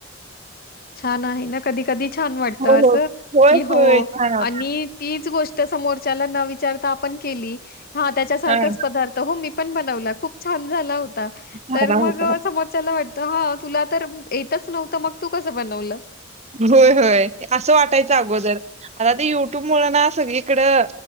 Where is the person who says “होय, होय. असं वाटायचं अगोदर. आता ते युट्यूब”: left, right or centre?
Right